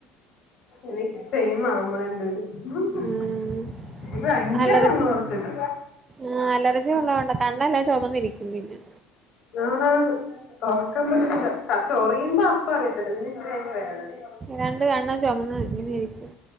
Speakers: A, on the left; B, on the right.
A: എനിക്ക് സെയിം ആമ്മളണ്ട് പേര് ഇത്
B: ഉം
A: ഭയങ്കര
B: അലർജി
A: നന്നു കുറച്ചത്
B: ആഹ് അലർജി ഉള്ളത് കൊണ്ട, കണ്ണെല്ലാം ചൊമന്നിരിക്കും പിന്നെ
A: ആണാണ് തൊറക്കാൻ പറ്റത്തില്ല. ക്ക ചൊറിയുമ്പോ അപ്പ അറിയത്തില്ല പിന്നെ ഇച്ചിരി കഴിയുമ്പോ വേദനേണ്
B: രണ്ട് കണ്ണും ചൊമന്ന് ഇങ്ങനെ ഇരിക്കും